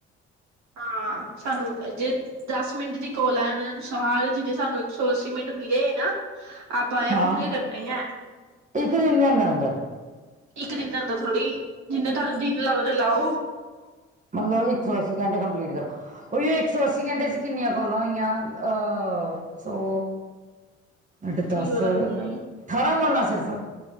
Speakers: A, on the right; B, on the right.
A: ਹਾਂ, ਸਾਨੂੰ ਜੇ ਦੱਸ ਮਿੰਟ ਦੀ ਕੋਲ ਆ, ਉਸ ਅਨੁਸਾਰ ਜਿਹਨੇ ਸਾਨੂੰ ਇੱਕ ਸੌ ਅੱਸੀ ਮਿੰਟ ਮਿਲੇ ਨਾ। ਆਪਾਂ, ਇਹ
B: ਹਾਂ
A: ਪੂਰੇ ਕਰਨੇ ਹੈ।
B: ਇੱਕ, ਦਿਨ ਦੇ ਅੰਦਰ -ਅੰਦਰ।
A: ਇੱਕ ਦਿਨ ਦੇ ਅੰਦਰ ਥੋੜੀ, ਜਿੰਨੇ ਤੁਹਾਡੇ ਦਿਨ ਲੱਗਦੇ ਲਾਓ।
B: ਮਤਲਬ, ਇੱਕ ਸੌ ਅੱਸੀ ਘੰਟੇ ਕੰਪਲੀਟ ਕਰੋ। ਉਹੀ ਇੱਕ ਸੌ ਅੱਸੀ ਘੰਟੇ 'ਚ ਕਿੰਨੀਆਂ? ਕੌਲਾ ਹੋਈਆਂ, ਅਹ, ਸੌ, ਅੱਠ,
A: ਕੀ
B: ਦਸ।
A: ਪਤਾ
B: ਅਠਾਰਾਂ,
A: ਕਿੰਨੀਆਂ ਆਈਆਂ
B: ਕੋਲਾਂ ਸਿਰਫ।